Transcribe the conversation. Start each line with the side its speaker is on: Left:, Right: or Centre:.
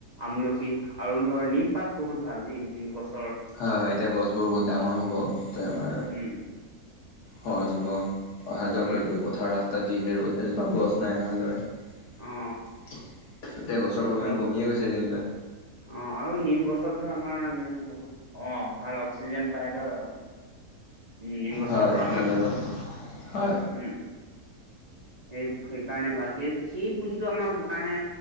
Right: আমলখি আৰু ধৰ নিম পাত বহুত ভাল দেই নিম গছ।
Left: আহ এতিয়া গছবোৰ বহুত ডাঙৰ হ'ব এতিয়া আমাৰ
Right: উম
Left: সহযোগ অহা যোৱা
Right: উম
Left: কৰিবলৈ পথাৰৰ ৰাস্তাত যিহে ৰ'দ এজ গছ নাই ভালদৰে, এতিয়া
Right: অ
Left: গছৰ
Right: আৰু
Left: পৰিমাণ
Right: ধৰ
Left: কমিয়ে গৈছে যেনিবা।
Right: অ' আৰু নিম গছত ধৰ আমাৰ এনেকে বহুত অ' ভাল অক্সিজেন পায় ন। উম নিম গছৰ
Left: হয়
Right: পৰা
Left: ভাল
Right: আমি
Left: ভাল হয়
Right: উম। সেই সেইকাৰণে ভাল সেই সেই পুলিটো আমাৰ কাৰণে